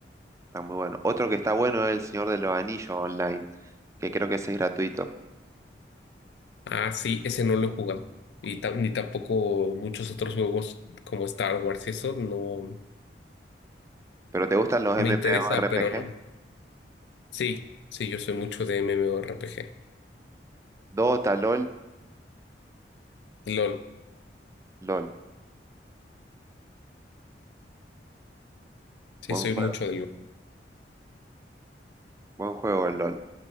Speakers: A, on the right; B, on the left.
A: está muy bueno. Otro que está bueno es el Señor de los Anillos Online, que creo que ese es gratuito.
B: Ah, sí, ese no lo he jugado. Y ta- ni tampoco muchos otros juegos como Star Wars y eso no
A: ¿Pero te gustan los MMORPG?
B: me interesa, pero no. Sí, sí, yo soy mucho de MMORPG.
A: Dota, LOL,
B: LOL,
A: LOL.
B: sí,
A: Buen
B: soy
A: juego,
B: mucho de LOL.
A: buen juego el LOL.